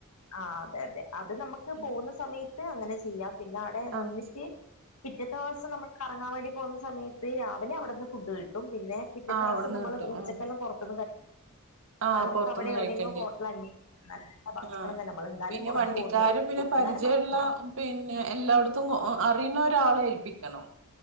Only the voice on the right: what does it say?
ഉം
ആഹ്
ആഹ്
അവിടുന്ന്
കിട്ടും
ഉം
ആഹ്
പൊറത്തുന്ന്
കഴിക്കേണ്ടി
വരും
ആഹ് പിന്നെ വണ്ടിക്കാര് പിന്നെ പരിചയള്ള പിന്നെ എല്ലായിടത്തും അറിയുന്ന ഒരാളെ ഏൽപ്പിക്കണം